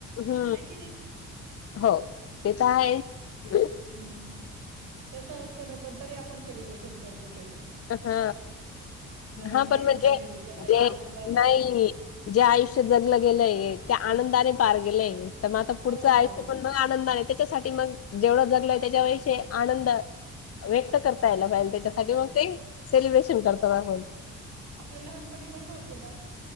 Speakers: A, on the left; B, on the right.
A: हू
B: हाय की नाही
A: हो ते तर हायच
B: हू तस असतं ना पण तरी आपण सेलिब्रेशन करतो त्याचं
A: हा
B: नवीन-नवीन
A: हा पण म्हणजे
B: ट्रेंड आहे, चला एक
A: जे
B: आनंद असतो.
A: नाही जे आयुष्य जगलं गेलंय ते आनंदाने पार गेलेय तर म आता पुढचं
B: हो,
A: आयुष्य
B: हो,
A: पण मग आनंदाणे त्याच्यासाठी मग जेवढं जगलय त्याच्या विषय आनंद व्यक्त करता यायला पाहिजेल त्याच्यासाठी
B: हो.
A: मग ते सेलिब्रेशन करत म आपून
B: आपल्या लहानपणी कसं होतं ना